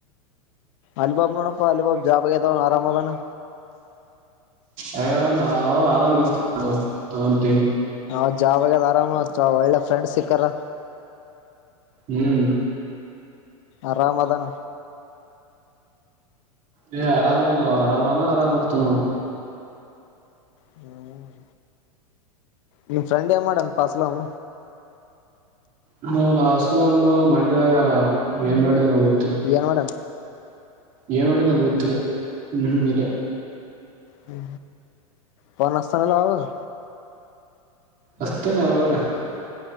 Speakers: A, on the left; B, on the right.
A: ಅಲೂಬಾಬ ನೋಡಪ್ಪ ಅಲಿಬಾಬ ಜಾಬ್ ಆಗೇದ ಆರಾಮದನ
B: ಹೇ ನಾವ ಆರಾಮ್ ಇರ್ತ ತ
A: ಹ ಜಾಬ್ ಆಗ್ಯದ್ ಆರಾಮ್ ಒಳ್ಳೆ ಫ್ರೆಂಡ್ ಸಿಕ್ಕರ
B: ಹ್ಮ್
A: ಆರಾಮದಾನ
B: ಹೇ ಆರಾಮದನು ಆರಾಮಾದನು ಆರಾಮಇರತೇನು
A: ಹ್ಮ್ ನಿನ್ ಫ್ರೆಂಡ ಏನ್ ಮಾಡನ್ ಪಸಲಾಮ
B: ಹ ನಾ ಅಸ್ಲಂ ಮಂಡ್ಯದಾಗ ಅದಾವ್ ಏನ್ ಮಾಡಿದ್ದೇ ನ ಗೊತ್ತ
A: ಏನ್ ಮಾಡಣ
B: ಏನ್ ಮಾಡುದು ನನ್ ಗೊತ್ತಿಲ್ಲ ಹ್ಮ್ ಹ್ಮ್ ಇದ
A: ಹ್ಮ ಫೋನ್ ಹಚ್ಚತನ ಅವಾಗ್ ಅವಾಗ್
B: ಅಸ್ತನೆ ಯಾವಗರ